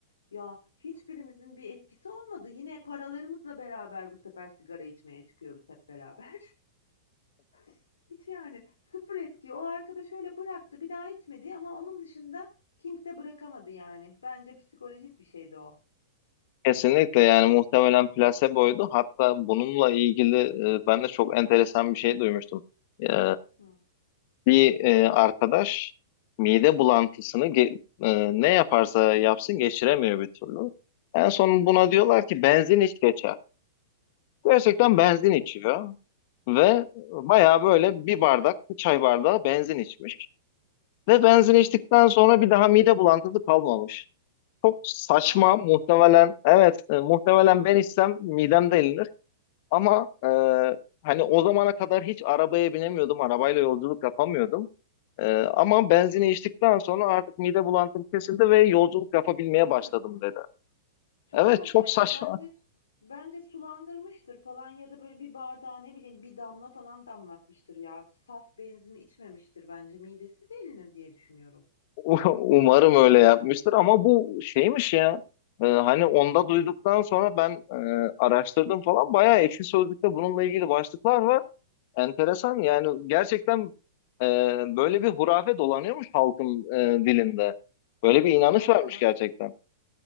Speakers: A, on the left (about 80°); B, on the left (about 50°).
A: Ya hiçbirimizin bir etkisi olmadı. Yine paralarımızla beraber bu sefer sigara içmeye çıkıyoruz hep beraber. <laughs> Hiç yani sıfır etki. O arkadaş öyle bıraktı, bir daha içmedi ama onun dışında kimse bırakamadı yani. Bence psikolojik bir şeydi o.
B: Kesinlikle yani muhtemelen plaseboydu. Hatta bununla ilgili e, ben de çok enteresan bir şey duymuştum. Ee,
A: Hı.
B: bir e, arkadaş mide bulantısını ge- e, ne yaparsa yapsın geçiremiyor bir türlü. En son
A: Hı
B: buna
A: hı.
B: diyorlar ki benzin iç geçer. Gerçekten benzin
A: Ah.
B: içiyor ve bayağı böyle bir bardak, bir çay bardağı benzin içmiş. Ve benzin
A: Ah.
B: içtikten sonra bir daha mide bulantısı kalmamış. Çok saçma
A: Allah
B: muhtemelen, evet e, muhtemelen ben içsem midem delinir. Ama e, hani o zamana kadar hiç arabaya binemiyordum, arabayla yolculuk yapamıyordum. E, ama benzini içtikten sonra artık mide bulantım kesildi ve yolculuk yapabilmeye
A: Çok
B: başladım
A: saçma.
B: dedi.
A: Çok
B: Evet
A: saçma
B: çok
A: ya.
B: saçma.
A: Bence bence sulandırmıştır falan ya da böyle bir bardağa ne bileyim bir damla falan damlatmıştır ya. Saf benzin içmemiştir bence. Midesi delinir diye düşünüyorum.
B: <laughs> Umarım öyle yapmıştır ama bu şeymiş ya. Ee, hani onda duyduktan sonra ben e, araştırdım falan. Bayağı Ekşi Sözlük'te bununla ilgili başlıklar var. Enteresan yani gerçekten e, böyle bir hurafe dolanıyormuş halkın e, dilinde. Böyle bir inanış
A: Allah
B: varmış
A: Allah.
B: gerçekten.